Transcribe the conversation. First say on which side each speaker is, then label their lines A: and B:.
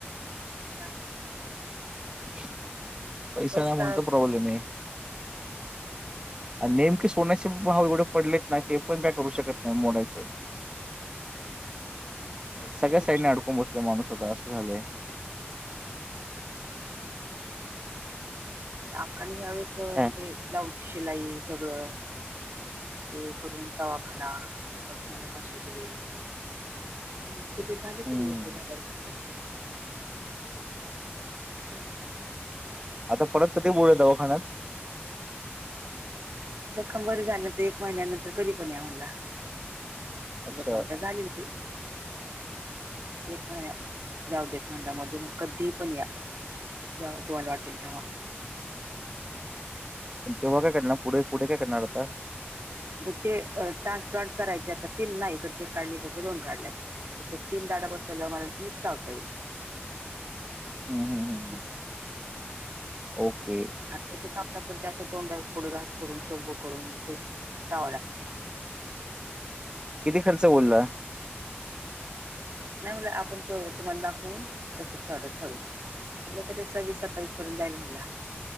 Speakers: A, on the right; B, on the right.
A: हां.
B: <inaudible>
A: आता
B: पैसा
A: बसचा
B: नाही म्हणून तर प्रॉब्लेम आहे. नेमके सोन्याचे भाव एवढे पडलेत ना ते पण काय करू शकत नाही मोडायचं.
A: काहीच
B: सगळ्या
A: नाही करू
B: साईडने
A: शकत.
B: अडकून बसला माणूस स्वतः असं झालंय.
A: आकानी ह्या वेळेस म्हणजे
B: काय
A: ब्लाऊजची शिलाई सगळं ते करून दवाखाना परत मला पाचशे दिले. पण तेचे झाले
B: हम्म.
A: तरी पण <unintelligible> दहा बारा हजार खर्च ह. <inaudible>
B: आता परत कधी बोलवलय दवाखान्यात? <inaudible>
A: जखम बरी झालीनाही तर एक महिन्यानंतर कधी पण या म्हणला
B: अच्छा
A: जखम तर झाली ब ह <inaudible> एक महिन्यात जाऊ देत म्हटलामध्ये मग कधीही पण या जेव्हा तुम्हाला वाटेल तेव्हा <inaudible>
B: पण तेव्हा काय करणार पुढे- पुढे काय करणार आता?
A: मग ते ट्रान्सप्लांट करायचे आ तीन नाही इकडचे एक काढले इकडचे दोन काढलेत तिथे तीन दाडा बसवल्याव मला नीट चावता येईल
B: हम्म- हम्म -हम्म
A: अस
B: ओके
A: आता इथे वतापर्यंत असं तोंड पुडं घास करून चोंबू करून ते चावावं लागते <inaudible>
B: किती खर्च बोलला?
A: नाही म्हटला आपण त -तुम्हाला दाखवून तस ठर- ठरवू. <inaudible> म्हटलं तरी सव्वीस सत्तावीस पर्यंत जाईल म्हनला.